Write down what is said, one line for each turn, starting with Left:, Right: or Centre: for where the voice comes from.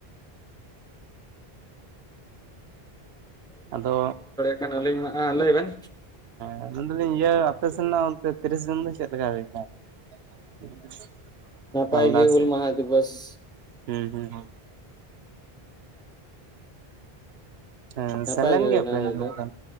Right: <unintelligible> ᱟᱫᱚ
Centre: ᱟᱞᱤᱧ ᱢᱟ ᱦᱟᱜ ᱞᱟᱹᱭ ᱵᱮᱱ
Right: ᱦᱮᱸ ᱢᱮᱱᱫᱟ ᱞᱤᱧ ᱤᱭᱟᱹ ᱟᱯᱮ ᱥᱮᱱ ᱨᱮᱱᱟᱜ ᱚᱱᱛᱮ ᱛᱤᱨᱤᱥ ᱡᱩᱱ ᱫᱚ ᱪᱮᱫ ᱞᱮᱠᱟ ᱦᱩᱭᱱᱟ ᱾ <inaudible>
Centre: ᱱᱟᱯᱟᱭ
Right: ᱢᱟᱞᱫᱟ
Centre: ᱜᱮ ᱦᱩᱞ
Right: ᱥᱮᱫ
Centre: ᱢᱟᱸᱦᱟ ᱫᱤᱵᱚᱥ ᱾
Right: ᱦᱩᱸ ᱦᱩᱸ ᱦᱮᱸ
Centre: ᱱᱟᱯᱟᱭ
Right: ᱥᱮᱱ ᱞᱮᱱ
Centre: ᱜᱮ
Right: ᱜᱮᱭᱟ
Centre: ᱦᱩᱭᱱᱟ
Right: ᱵᱮᱱ
Centre: ᱦᱩᱭ
Right: ᱱᱚᱝᱠᱟ
Centre: ᱫᱚ